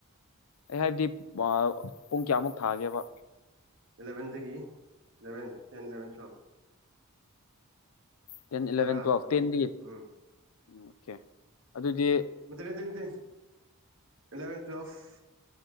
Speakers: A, on the left; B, on the right.
A: ꯑꯩ ꯍꯥꯏꯕꯗꯤ ꯄꯨꯡ ꯀꯌꯥꯃꯨꯛ ꯊꯥꯒꯦꯕ
B: ꯑꯦꯂꯕꯦꯟꯗꯒꯤ eleven ten eleven twelve
A: ten ꯏꯂꯕꯦꯟ
B: ꯇꯔꯥ
A: ꯇꯣ
B: ꯇꯔꯥꯃꯥꯊꯣꯏ
A: ꯇꯦꯟꯗꯒꯤꯝ
B: ꯎꯝ
A: ꯑꯣꯀꯦ ꯑꯗꯨꯗꯤ
B: ꯃꯗꯨꯦꯇ ꯏꯂꯚꯦꯟ ꯇ꯭ꯋꯦꯜꯐ